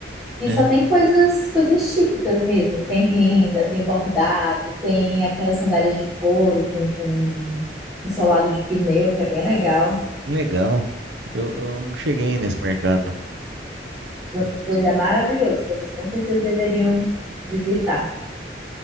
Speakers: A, in the centre; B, on the right.
A: E
B: É,
A: só tem coisas, coisas típicas mesmo. Tem renda, tem bordado, tem aquelas sandálias de couro com, com um solado de pneu, que é bem legal.
B: legal. Eu, eu não cheguei nesse mercado.
A: Pronto, Pois é maravilhoso. Vocês com certeza deveriam visitar.